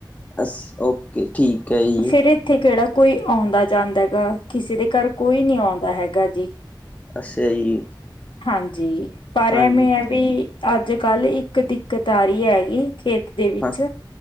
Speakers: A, on the left; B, on the left.
A: ਅਸ ਓਕੇ ਠੀਕ ਹੈ ਜੀ
B: ਫਿਰ ਇੱਥੇ ਕਿਹੜਾ ਕੋਈ ਆਉਂਦਾ ਜਾਂਦਾ ਹੈਗਾ ਕਿਸੇ ਦੇ ਘਰ ਕੋਈ ਨੀ ਆਉਂਦਾ ਹੈਗਾ ਜੀ
A: ਅੱਛਾ ਜੀ
B: ਹਾਂਜੀ ਪਰੇ
A: ਹਾਂਜੀ
B: ਮੈਂ ਵੀ ਅੱਜ ਕੱਲ ਇੱਕ ਦਿੱਕਤ ਆਰੀ ਮੰਜਾ ਹੈਗੀ ਖੇਤ ਦੇ ਵਿੱਚ
A: ਹਾਂ